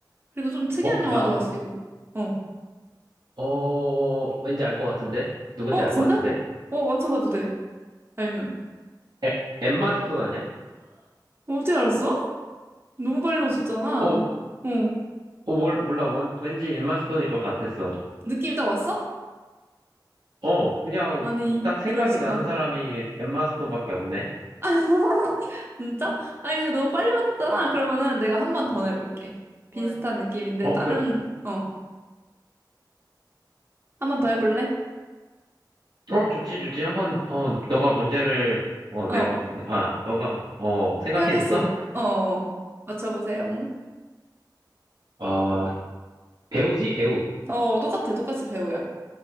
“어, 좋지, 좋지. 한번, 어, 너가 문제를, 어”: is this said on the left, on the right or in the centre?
Right